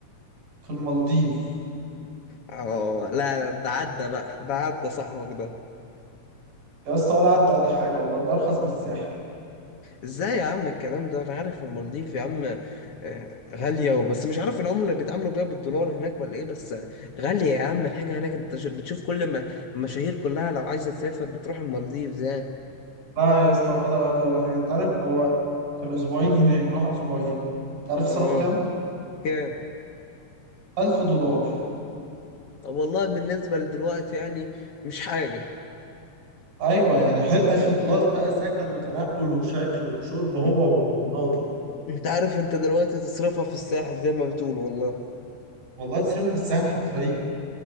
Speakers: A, on the right (about 85°); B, on the left (about 60°).
A: في المالديف
B: اه لا ده عدى بقى ده عدى صاحبك ده
A: يا اسطى ولا عدى ولا حاجه والله ده ارخص من الساحل
B: ازاي يا عم الكلام ده انا عارف المالديف يا عم آه، غالية وبس مش عارف العملة اللي بيتعاملوا بيها بالدولار هناك ولا ايه بس آه، غالية يا عم الحاجة هناك انت ش- بتشوف كل ما المشاهير كلها لو عايزة تسافر بتروح المالديف يعني
A: لا يا اسطى ولا غالي ولا حاجه انت عارف هو كان اسبوعين هناك راح اسبوعين تعرف
B: والله
A: صرف كام
B: كام
A: 1000 دولار
B: طب والله بالنسبة لدلوقتي يعني مش حاجة
A: ايوه
B: م-
A: يعني حلو 1000 دولار بقى سكن وتنقل وشكل وشرب هو
B: م-
A: ومراته
B: انت عارف انت دلوقتي تصرفها في الساحل زي ما بتقول والله
A: والله تصرفها في الساحل حرفيا